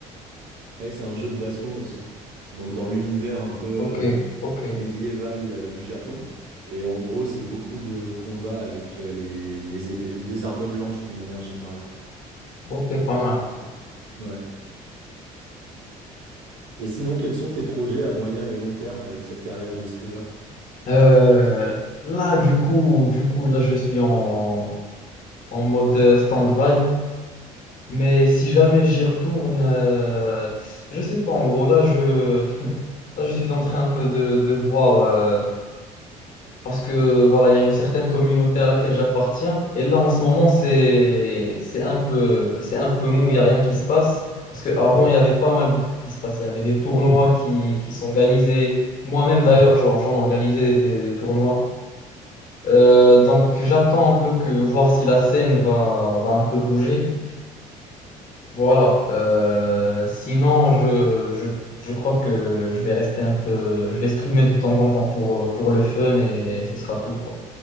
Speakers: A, on the right; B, on the left.
A: Ouais, c'est un jeu de baston aussi. Donc dans l'univers un peu
B: Ok,
A: euh,
B: ok,
A: médiéval euh, du Japon. Et en gros, c'est beaucoup de combats avec euh, les les épées ou des armes blanches d'une manière générale.
B: ok, pas mal.
A: Ouais. Et sinon, quels sont tes projets à moyen et long terme avec cette carrière de streamer?
B: Euh, là, du coup, du coup, là, je suis en, en mode euh, stand-by. Mais si jamais j'y retourne, euh, je sais pas, en gros, là, je, <laughs> là, je suis en train un peu de, de voir, euh, parce que voilà, il y a une certaine communauté à laquelle j'appartiens, et là, en ce moment, c'est, c'est un peu, c'est un peu mou, il n'y a rien qui se passe, parce qu'avant, il y avait pas mal de trucs qui se passaient, il y avait des tournois qui, qui s'organisaient, moi-même, d'ailleurs, j'en, j'en organisais des, des- des tournois, Euh, donc j'attends un peu que, voir si la scène va, va un peu bouger. Voilà. Euh, sinon, je, je, je crois que je vais rester un peu. Je vais streamer de temps en temps pour, pour le fun et ce sera tout, quoi.